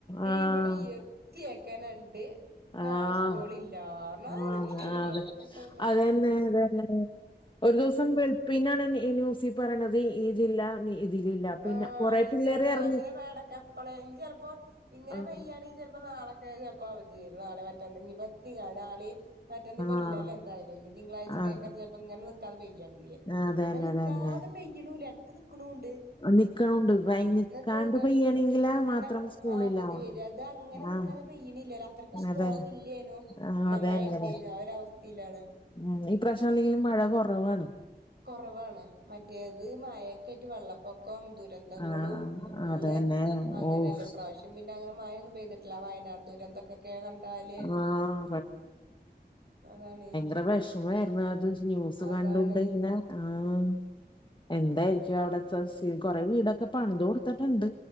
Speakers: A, on the left; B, on the right.
A: ആഹ് ആഹ്
B: ഇവടെ എത്തിയേക്കാന്ണ്ട് നാളെ
A: ആഹ് ആഹ്
B: സ്കൂള് ഇല്ലർന്നു അത് ആണ്ട് കേട്ടപ്പൊക്കെ
A: അതെ അതെ
B: ഇണ്ടല്ലോ
A: അതന്നെ അതന്നെ ഒരു ദിവസം വെള്ളുപ്പിന്നാണ് ഈ ന്യൂസി പറയണത് ഈ ജില്ല ഇതിലില്ല പിന്നെ
B: ആഹ്
A: കൊറെ
B: അവധിയാണ്
A: പിള്ളേര് ഇറങ്ങി
B: അങ്ങനെട എപ്പളെ ഇനി ചിലപ്പോ ഇങ്ങനെ
A: ആഹ്
B: പെയ്യാണ് ഇനി ചെലപ്പോ നാളൊക്കെ ചെലപ്പോ അവധി തരും നാളെ മറ്റന്ന് ഇനിപ്പ തിങ്ക ആഹ് നാളെം മറ്റേന്നിപ്പ
A: ആഹ്
B: ഇല്ലല്ലേ എന്തായാലും ഇനി തിങ്കളാഴ്ച
A: ആഹ്
B: കേൾക്കാ ചെപ്പോ ഇങ്ങനെ നിക്കാത പെയി യണെങ്കില്
A: അതന്നെ
B: എന്ന നിക്കാതെ
A: അതന്നെ
B: പെയ്യണുല്ല എടക്ക് നിക്കണുണ്ട്
A: നിക്കണുണ്ട് വൈ നിക്കാണ്ട്
B: നിക്ക്ണ് ഇണ്ട്
A: പെയ്യണെങ്കിലാ മാത്രം
B: ന
A: സ്കൂളിലാവണം
B: അവധി വര്യാ അത് അങ്ങനെ നിക്കാതെ
A: ആഹ്
B: പെയ്യണില്ലല്ലാ അത്രയ്ക്ക് സ്ട്രോങ്
A: അതന്നെ
B: ഇല്ലേനോ
A: ആഹ്
B: എന്ന
A: അതന്നെ
B: മഴ ഇണ്ടേനോ
A: അതെ
B: ആ ഒരു അവസ്ഥയിലാണ്
A: ഉം ഈ പ്രവശ്യം അല്ലെങ്കിലും മഴ കൊറവാണ്
B: കൊറവാണ് മറ്റേത് മയൊക്കെ ആയിട്ട് വെള്ളപ്പൊക്കം ദുര് രന്തങ്ങളും
A: ആഹ്
B: ഫുള്ള്
A: അതന്നെ
B: അങ്ങനെയല്ലേ
A: ഓഫ്
B: ഇപ്രാവശ്യം പിന്നെ അങ്ങനെ മഴയൊന്നും പെയ്ത് ല്ലാ, വയനാട് ദൂരന്തൊക്കെക്കെ കണ്ടാല്
A: ആഹ്
B: അതാണേ
A: അത്ര വിഷമായിരുന്നു അത് ന്യൂസ്
B: അതാണ്
A: കണ്ടോണ്ട് ഇങ്ങനെ ആഹ് എന്തായിരിക്കും അവിടെ കൊറെ വീടൊക്കെ പണിതു കൊടുത്തിട്ടുണ്ട്